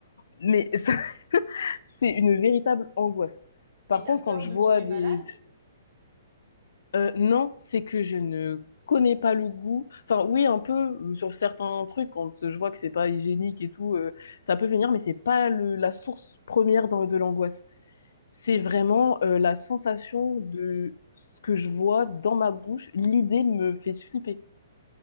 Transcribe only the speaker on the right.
mais tu
as peur
de
tomber
malade.